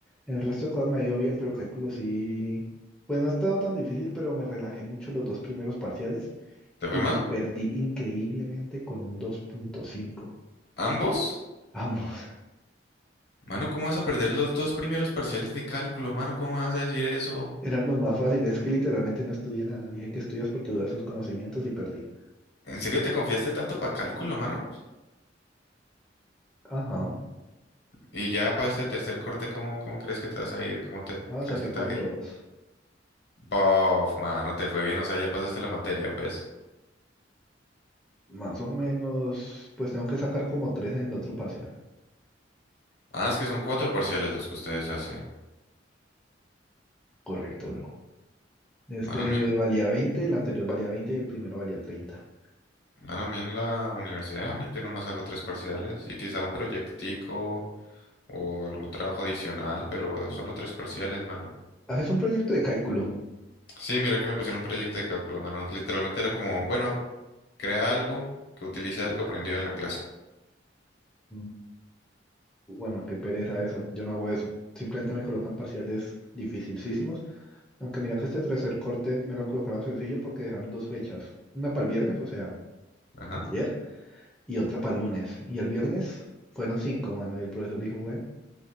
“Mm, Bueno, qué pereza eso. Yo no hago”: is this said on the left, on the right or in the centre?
Centre